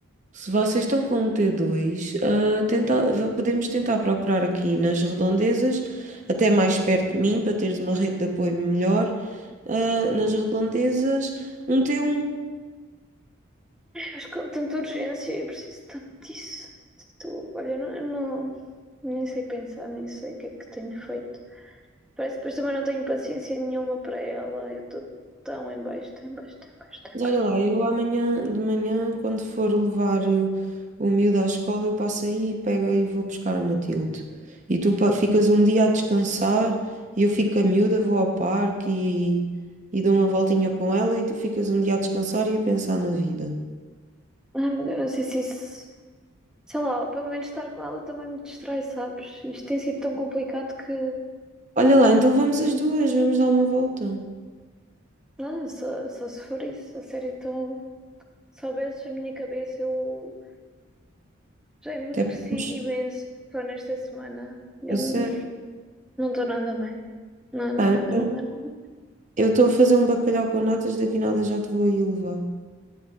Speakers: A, on the right; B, in the centre.
A: Se vocês estão com um T2, ah, tenta- v- podemos tentar procurar aqui nas redondezas, até mais perto de mim, para teres uma rede de apoio melhor, ah, nas redondezas, um T1.
B: acho que com tanta urgência, eu preciso tanto disso. Tu- olha, não, não- nem sei pensar, nem sei o que é que tenho feito. Parece que depois também não tenho paciência nenhuma para ela. Eu estou tão em baixo, tão em baixo, tão em baixo, tão em
A: Mas
B: baixo.
A: olha lá, eu amanhã de manhã, quando for levar eh, o miúdo à escola, eu passo aí e pego e vou buscar a Matilde. E tu pa- ficas um dia a descansar e eu fico com a miúda, vou ao parque e, e dou uma voltinha com ela e tu ficas um dia a descansar e a pensar na vida.
B: Ai, mas eu não sei se isso. Sei lá, pelo menos estar com ela também me distrai, sabes? Isto tem sido tão complicado que.
A: Olha lá, então vamos as duas, vamos dar uma volta.
B: Não, só, só se for isso. A sério, então. Se soubesses a minha cabeça, eu já emagreci
A: Até podemos.
B: imenso só nesta semana. Eu
A: É sério.
B: não estou nada bem. Nada,
A: Pá,
B: nada,
A: então,
B: nada. nada.
A: eu estou a fazer um bacalhau com natas, daqui nada já te vou aí levar.